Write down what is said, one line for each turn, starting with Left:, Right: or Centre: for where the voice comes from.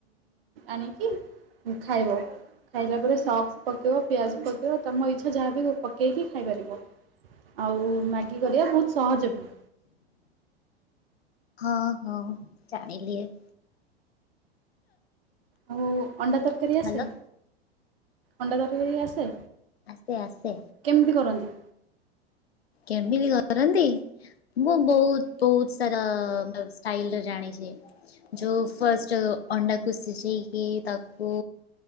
Right: ଆଣିକି ଖାଇବ। ଖାଇଲା ପରେ ସକ୍ସ ପକାଇବ ପିଆଜ ପକେଇକି ତମ ଇଚ୍ଛା ଯାହାବି ପକାଇକି ଖାଇପାରିବ। ଆଉ ମ୍ୟାଗି କରିବା ବହୁତ ସହଜ ବି।
Left: ହଁ ହଁ ଜାଣିିଲିଏ
Right: ଆଉ ଅଣ୍ଡା ତରକାରୀ
Left: ଭଲ
Right: ଆସେ ଅଣ୍ଡା ତରକାରୀ ଆସେ?
Left: ଆସେ ଆସେ
Right: କେମିତି କରନ୍ତି?
Left: କେମିତି କରନ୍ତି ମୁଁ ବହୁ ବହୁତ ସାରା ଷ୍ଟାଇଲରେ ଜାଣିଛି। ଯୋଉ ଫଷ୍ଟ ଅଣ୍ଡାକୁ ସିଝେଇକି ତାକୁ